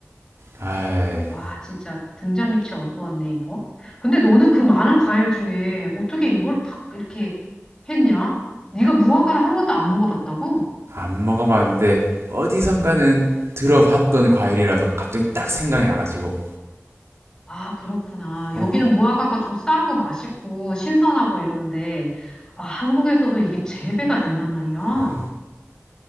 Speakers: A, on the right; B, on the left.
A: 아안
B: 와, 진짜 등잔 밑이 어두웠네, 이거. 근데 너는 그 많은 과일 중에 어떻게 이걸 딱 이렇게 했냐? 네가 무화과를 한 번도 안 먹어봤다고?
A: 먹어봤는데 어디선가는 들어봤던 과일이라서 갑자기 딱 생각이 나가지고.
B: 아, 그렇구나. 여기는
A: 어
B: 무화과가 좀 싸고 맛있고 신선하고 이런데, 아, 한국에서도 이게 재배가 된단 말이야.
A: 야.